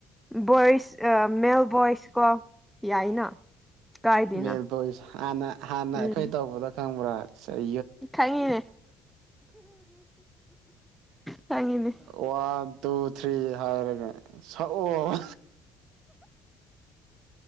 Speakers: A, in the centre; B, on the right.
A: ꯕꯣꯏꯁ ꯃꯦꯜ ꯕꯣꯏꯁ ꯀꯣ ꯌꯥꯏꯅ ꯀꯥꯏꯗꯦꯅ
B: ꯃꯦꯜ ꯕꯣꯏꯁ ꯍꯥꯟꯅ ꯍꯥꯟꯅ ꯑꯩꯈꯣꯏ
A: ꯎꯝ
B: ꯇꯧꯕꯗ ꯈꯪꯕ꯭ꯔꯥ ꯆꯩ
A: ꯈꯪꯉꯤꯅꯦ ꯈꯪꯉꯤꯅꯦ
B: ꯋꯥꯟ ꯇꯨ ꯊ꯭ꯔꯤ ꯍꯥꯏꯔꯒ ꯁꯛꯑꯣ